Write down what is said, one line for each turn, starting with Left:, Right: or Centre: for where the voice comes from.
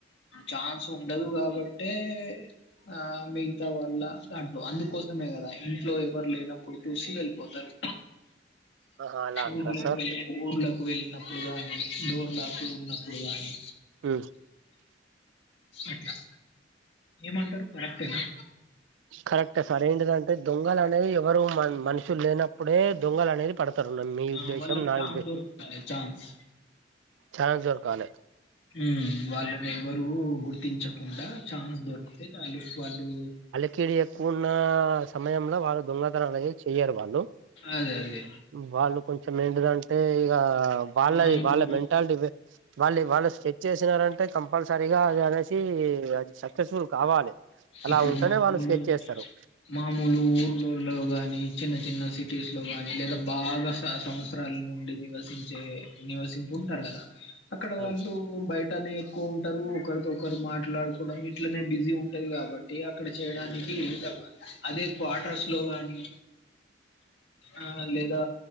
Left: చాన్స్. వుండదు కాబట్టే. ఆహ్ మిగతా వల్ల దాంట్లో అందుకోసమే కదా ఇంట్లో ఎవరు లేనప్పుడు. ఇప్పుడు చూసి వెళ్ళిపోతారు
Right: ఆహా అలా అంటారా
Left: ఊర్లోకి
Right: సార్
Left: వెళ్ళి. ఊర్లకు వెళ్ళినప్పుడు గాని డోర్ లాకులు ఉన్నప్పుడు గాని.
Right: ఉహూ.
Left: అట్లా ఏమంటారు కరెక్టేనా
Right: కరెక్టే సార్ ఏంటిదంటే దొంగలు అనేది ఎవరు మ మనుషులు లేనప్పుడే దొంగలు అనేది పడుత మీ
Left: ఆ
Right: ఉద్దేశం
Left: వాళ్ళకి
Right: నా
Left: ఛాన్స్
Right: ఉద్దేశ
Left: దొరకాలి ఛాన్స్
Right: చాన్స్ దొరకాలే.
Left: ఉమ్ వాళ్ళని ఎవరు గుర్తించకుండా ఛాన్స్ దొరికితే చాలు వాళ్ళు.
Right: కిీడు ఎక్కువ ఉన్న సమయంలో వాళ్ళు దొంగతనాలు అనేది చేయరు వాళ్ళు.
Left: అదే అదే.
Right: వాళ్ళు కొంచం ఏంటిదంటే ఇంకా
Left: ఇప్పుడు
Right: వాళ్ళది
Left: మామూలు
Right: వాళ్ళ మెంటాలిటీ వేరు వాళ్ళే వాళ్ళు స్కెచ్ చేసినారంటే కంపల్సరీగా అది అన్నేసి. అది సక్సెస్ఫుల్ కావాలి అలా
Left: ఇప్పుడు
Right: ఉంటేనే
Left: మామూలు
Right: వాళ్ళు స్కెచ్ ఏస్తారు.
Left: మామూలు ఊర్ళలో గాని చిన్న చిన్న సిటీస్ లో గాని లేదా బాగా సంస్. సంవత్సరాల నుండి నివసించే నివసింపు ఉంటారు కదా. అక్కడ వాళ్ళు
Right: అవును సార్
Left: బయటనే ఎక్కువ ఉంటారు ఒకరితో ఒకరు మాట్లాడుకోవడం ఇట్లనే బిజీ ఉంటు ఉంటది కాబట్టి అక్కడ చేయడానికి ఏ తప్ప అదే క్వార్టర్స్ లో గానీ. ఆహ్ లేదా